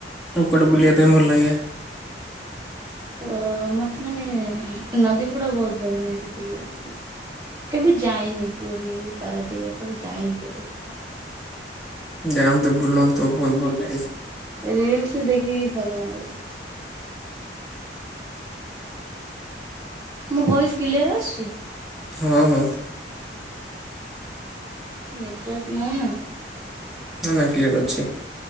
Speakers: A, in the centre; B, on the right (about 20°).
A: ଆଉ କୁଆଡେ ବୁଲିବା ପାଇଁ ଭଲ ଲାଗେ?
B: ଅ ମତେ ମାନେ ନଦୀ ଗୁଡା ବହୁତ ଭଲ ଲାଗେ ବୁଲିବାକୁ। କେବେ ଯାଇନି ପୁରୀ ପାରାଦ୍ୱୀପ୍ ଏ ସବୁ ଯାଇନି କେବେ।
A: ଯାଆନ୍ତୁ ବୁଲନ୍ତୁ ବହୁତ ଭଲ ଲାଗିବ।
B: ରିଲ୍‌ସି ଦେଖିକି ଭଲ ଲାଗେ। ମୋ ଭଏସ୍‌ କିଲିୟର ଆସୁଛି?
A: ହଁ ହଁ।
B: ନେଟୱର୍କ ନାହିଁ ନା।
A: ନାଁ ନାଁ କ୍ଲିୟର ଅଛି।